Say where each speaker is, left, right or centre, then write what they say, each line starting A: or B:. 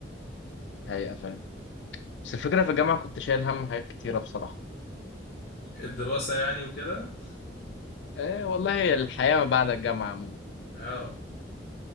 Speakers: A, on the left; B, on the left.
A: حقيقه فاهم بس الفكره في الجامعه كنت شايل هم حاجات كتيره بصراحه
B: الدراسة يعني وكده
A: آه والله الحياه ما بعد الجامعه عموما
B: اه